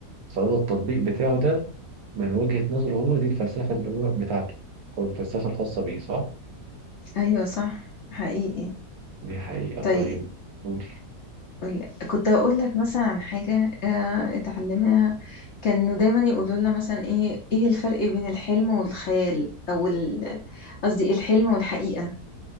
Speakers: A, on the right; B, on the left.
A: فهو التطبيق بتاعه ده من وجهة نظره هو دي الفلسفة اللي هو بتاعته او الفلسفة الخاصة بيه صح؟
B: أيوة صح حقيقي
A: دي حقيقة
B: طيب
A: طيب قول
B: قول- كنت أقول لك مثلا عن حاجة آه، اتعلمناها كانوا دايما يقولوا لنا مثلا إيه إيه الفرق بين الحلم والخيال أو ال- قصدي الحلم والحقيقة